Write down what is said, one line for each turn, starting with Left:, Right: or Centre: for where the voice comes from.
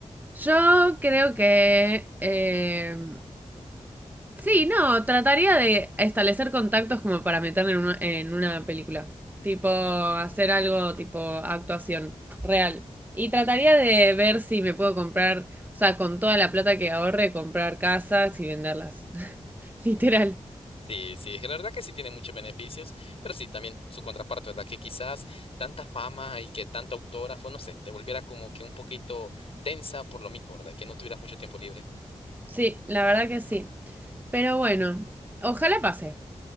Right: yo creo que em, Sí, no, trataría de establecer contactos como para meter en una, en una película. Tipo, hacer algo tipo actuación real. Y trataría de ver si me puedo comprar, o sea, con toda la plata que ahorre, comprar casas y venderlas. <laughs> Literal.
Left: Sí, sí, la verdad que sí tiene muchos beneficios, pero sí, también su contraparte, ¿verdad? Que quizás tanta fama y que tanta autora fue, no sé, te volviera como que un poquito tensa por lo mismo, ¿verdad? Que no tuvieras mucho tiempo libre.
Right: Sí, la verdad que sí. Pero bueno, ojalá pase.